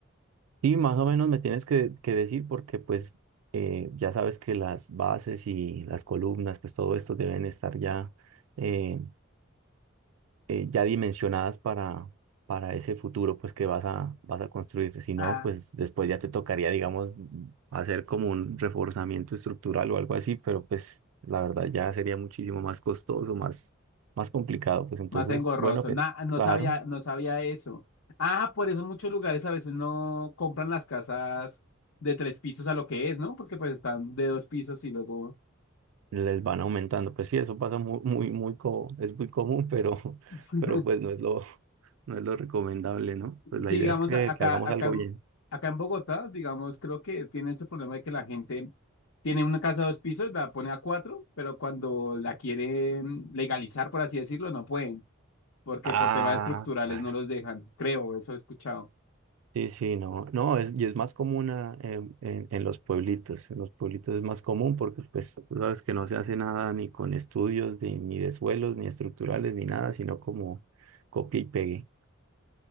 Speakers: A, on the right (about 80°); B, on the left (about 80°).
A: Sí, más o menos me tienes que, que decir porque pues eh, ya sabes que las bases y las columnas, pues todo esto deben estar ya, eh, eh, ya dimensionadas para, para ese futuro pues que vas a, vas a construir. Si no,
B: Ah,
A: pues después ya te tocaría, digamos, hacer como un reforzamiento estructural o algo así, pero pues la verdad ya sería muchísimo más costoso, más, más complicado. Pues entonces,
B: más engorroso.
A: bueno, pero
B: Nah, no
A: claro.
B: sabía, no sabía eso. Ah, por eso muchos lugares a veces no compran las casas de tres pisos a lo que es, ¿no? Porque pues están de dos pisos y luego...
A: les van aumentando. Pues sí, eso pasa muy, muy, muy, co- es muy común, pero,
B: <laughs>
A: <laughs> pero pues no es lo, <laughs> no es lo recomendable, ¿no? Pues la
B: Sí,
A: idea
B: digamos,
A: es que,
B: a- acá,
A: que hagamos
B: acá,
A: algo
B: en-
A: bien.
B: acá en Bogotá, digamos, creo que tiene ese problema de que la gente tiene una casa de dos pisos, la pone a cuatro, pero cuando la quieren legalizar, por así decirlo, no pueden, porque
A: Ah,
B: por temas estructurales
A: claro.
B: no los dejan, creo, eso he escuchado.
A: Sí, sí, no, no, es, y es más común ah, en, en- en los pueblitos, en los pueblitos es más común porque pues tú sabes que no se hace nada ni con estudios, ni, ni de suelos, ni estructurales, ni nada, sino como copia y pegue.